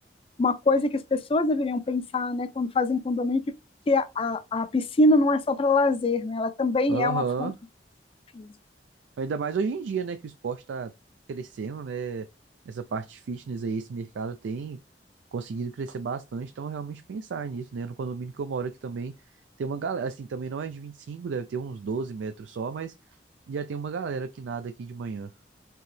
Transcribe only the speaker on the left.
uma coisa que as pessoas deveriam pensar, né, quando fazem condomínio, que, que a, a, piscina não é só para lazer, né? Ela também
é uma fonte de físico.